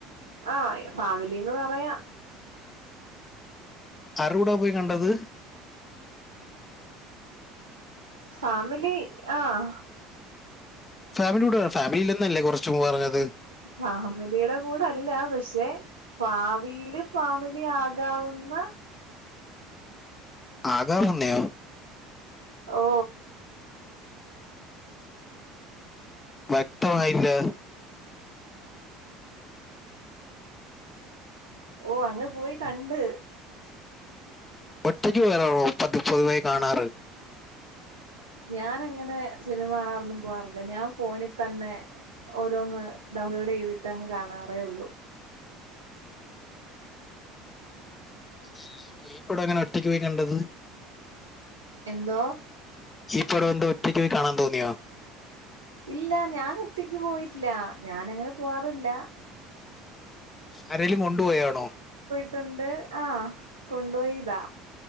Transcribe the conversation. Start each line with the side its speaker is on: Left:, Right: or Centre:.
Right: ആഹ് ഫാമിലിന്ന് പറയാം.
Left: ആരൂടാ പോയി കണ്ടത്?
Right: ഫാമിലി ആഹ്
Left: ഫാമിലി കൂടെ ഫാമിയില്ലന്നല്ലേ കുറച്ചുംമുമ്പ് പറഞ്ഞത്.
Right: ഫാമിലിയുടെ കൂടെ അല്ല പക്ഷെ ഭാവിയില് ഫാമിലി ആകാവുന്ന
Left: ആകാമുന്നയോ?
Right: ഓ
Left: വ്യക്തമായില്ല?
Right: ഓ അങ്ങ് പോയി കണ്ട്
Left: ഒറ്റക്ക് വരാവോ പത് പതിവായി കാണാറ്
Right: ഞാനങ്ങനെ സിനിമകാണാറൊന്നും പോവാറില്ല ഞാ ഫോണി തന്നെ ഓരോന്ന് ഡൗൺലോഡ് ചെയ്തിട്ട് അങ്ങ് കാണാറേ ഒള്ളു
Left: അതെയല്ലേ അപ്പോ ഈ ടങ്ങനെ ഒറ്റയ്ക്ക് പോയി കണ്ടത്?
Right: എന്തോ?
Left: ഈ പടം എന്താ ഒറ്റയ്ക്ക് പോയി കാണാൻ തോന്നിയോ?
Right: ഇല്ല ഞനൊറ്റക്ക് പോയിട്ടില്ല ഞാനങ്ങനെ പോവാറില്ല
Left: ആരെലും കൊണ്ടുപോയാണോ
Right: ട്ടോണ്ട് ആ കൊണ്ട് പോയിതാ